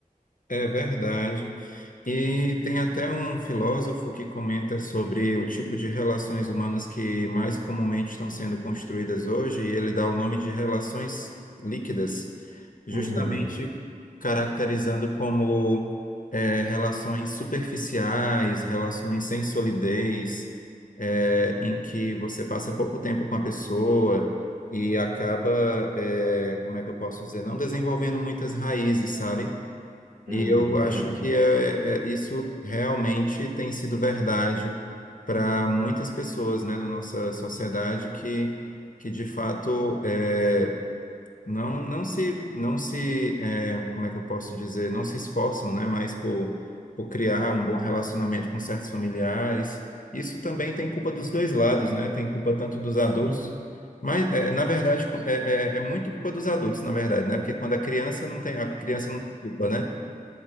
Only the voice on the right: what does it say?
Uhum,
uhum,
uhum.